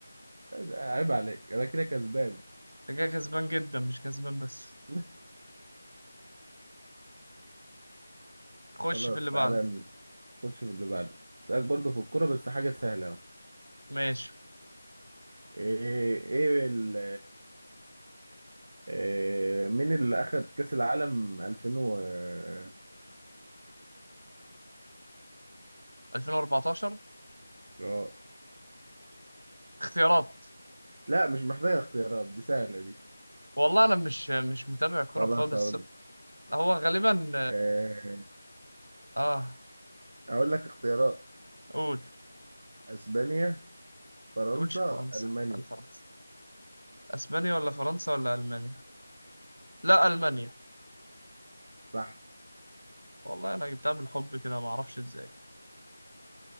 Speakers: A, on the right; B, on the right.
A: عيب عليك انا كده كسبان
B: انت كده كسبان جدا مش كسبان بس
A: <laughs>
B: خش
A: خلاص
B: في اللي
A: تعالى
B: بعده
A: نخش في اللي بعده اسالك برضه في الكوره بس حاجه سهله اهو
B: ماشي
A: ايه ايه ال إيه مين اللي اخد كاس العالم 2014
B: 2014
A: اه
B: اختيارات
A: لا مش محتاجه اختيارات دي سهله دي
B: والله انا مش مش متابع كوره
A: خلاص
B: خالص
A: هقول
B: هو غالبا
A: إيه
B: اه
A: هقول لك اختيارات
B: قول
A: اسبانيا فرنسا
B: تقولش فرنسا
A: المانيا
B: الفرنسا اسبانيا ولا فرنسا ولا المانيا لا المانيا
A: صح
B: والله انا جبتها بالحب كده ما اعرفش ازاي